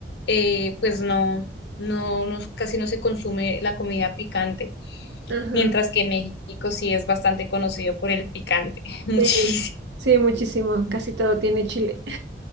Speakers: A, on the left; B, on the right.
A: eh, pues no, no, no, casi no se consume la comida picante.
B: Ajá.
A: Mientras que México sí es bastante conocido por el picante, <laughs> muchísimo.
B: Sí, sí, muchísimo. Casi todo tiene chile.